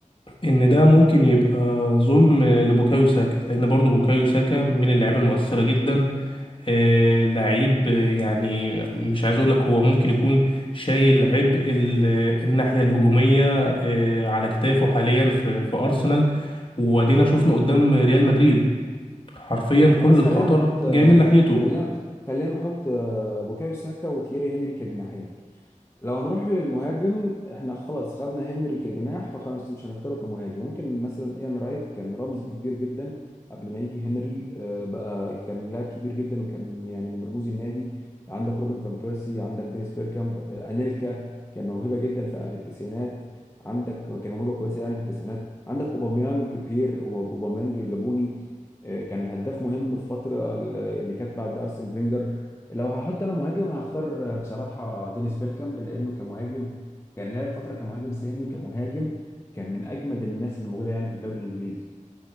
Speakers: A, on the left; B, on the left.
A: ان ده ممكن يبقى ظلم لبوكايو ساكا لان برضو بوكايو ساكا من اللعيبه المؤثره جدا آه، لعيب آه، يعني مش عايز اقول لك هو ممكن يكون شايل عبء ال- الناحيه الهجوميه آه، على كتافه حاليا في في ارسنال وادينا شفنا قدام ريال مدريد حرفيا
B: خلاص
A: كل الخطر
B: خلينا نحط
A: جاي من ناحيته
B: خلينا خلينا نحط آه، بوكايو ساكا وتييري هنري كجناحين لو هنروح للمهاجم احنا خلاص خدنا هنري كجناح فخلاص مش هنختاره كمهاجم ممكن مثلا ايان رايت كان رمز كبير جدا قبل ما يجي هنري آه، بقى كان لاعب كبير جدا وكان يعني من رموز النادي عندك روبن فان بيرسي عندك دينيس بيركامب آه، انيلكا كان موهبة جدا في في التسعينات عندك كان موهبة كويسة يعني في التسعينات عندك اوباميانج بير اوباميانج الجابوني آه، كان هداف مهم في الفترة اللي كانت بعد ارسن فينجر لو هحط انا مهاجم هختار بصراحه دينيس بيركامب لانه كمهاجم كان لعب فتره كمهاجم ثاني وكمهاجم كان من اجمد الناس اللي موجوده يعني في الدوري الانجليزي